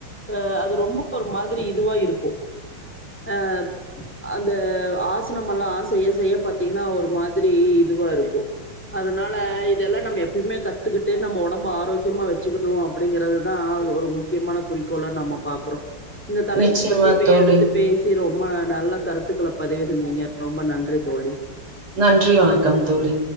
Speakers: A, in the centre; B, on the right (about 80°).
A: ஆ அது ரொம்ப ஒரு மாதிரி இதுவா இருக்கும் ஆ அந்த ஆசனம எல்லாம் ஆ செய்ய செய்ய பாத்தீங்கன்னா ஒரு மாதிரி இதுவா இருக்கும் அதனால இதெல்லாம் நம்ம எப்பயுமே கத்துக்கிட்டு நம்ம உடம்ப ஆரோக்கியமா வச்சுக்கணும் அப்படிங்கறிறதுதான் ஒரு முக்கியமான குறிக்கோலா நம்ம பாக்குறோம் இந்த தலைப்பு
B: நிச்சயமா
A: பற்றி
B: தோழி
A: எடுத்து பேசி ரொம்ப நல்ல கருத்துக்களை பதிவு செஞ்சீங்க ரொம்ப நன்றி ரி தோழி
B: நன்றி வணக்கம் தோழி